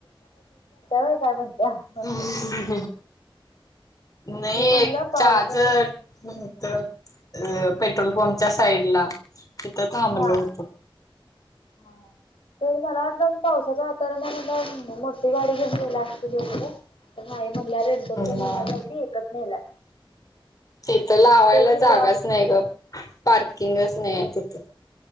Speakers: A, on the left; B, on the left.
A: व्हय काय म्हणत्या म्हणतात.
B: ह नाही
A: मी म्हणलं पावसाचा
B: चजत अ पेट्रोल पंपच्या साईड ला तिथं थांबल
A: हा
B: होत
A: हा ह तर मला वाटलं पावसाचं वातावरणला मोठी गडी घेऊन गयला असतील वगैरे नाही म्हणल्या रेणकोट पण
B: मग
A: निेती एकच नेला
B: तिथं लावायला
A: हिथं
B: जागाच नाही ग पार्किंगच नाही आहे तिथं